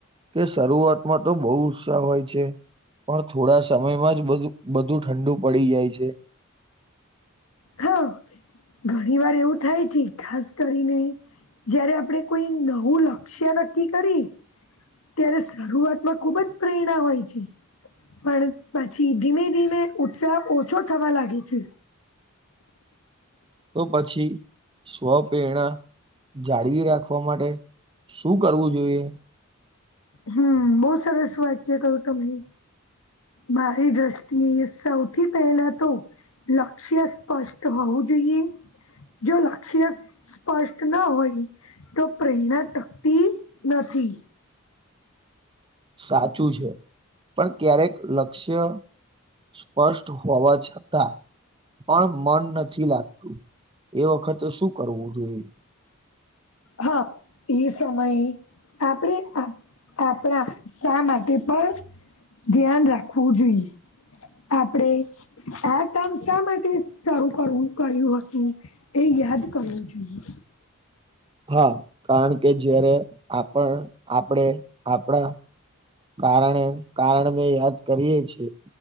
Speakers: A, on the right (about 25°); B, on the left (about 80°).
A: કે શરૂઆતમાં તો બહુ ઉત્સાહ હોય છે. પણ થોડા સમયમાં જ બધું બધું ઠંડુ પડી જાય છે.
B: હા ઘણી વાર એવું થાય છે ખાસ કરીને જયારે આપણે કોઈ નવું લક્ષ્ય નક્કી કરી ત્યારે શરૂઆતમાં ખુબ જ પ્રેરણા હોય છે. પણ પછી ધીમે ધીમે ઉત્સાહ ઓછો થવા લાગે છે.
A: તો પછી સ્વપેરણા જાળવી રાખવા માટે શું કરવું જોઈએ.
B: હમ્મ બહુ સારસ વયક્ય કઉ તમને મારી દ્રષ્ટિએ સૌથી પહેલા તો લક્ષ્ય સ્પષ્ટ હોવું જોઈએ જો લક્ષ્યસ સ્પષ્ટ ના હોય તો પ્રેરણા તકતી નથી
A: સાચું છે પણ ક્યારેક લક્ષ્ય સ્પષ્ટ હોવા છતાં પણ મન નથી લાગતું એ વખતે શું કરવું જોઈએ.
B: હા એ સમયએ આપણે આપણા શા માટે પણ ધ્યાન રાખવું જોઈએ. આપડે આ કામ શા માટે શરૂ કરવું કર્યું હતું. એ યાદ કરવું જોઈએ.
A: હા કારણ કે જયારે આપણ આપણેે આપણા કારણે કારણને યાદ કરીએ છીએ.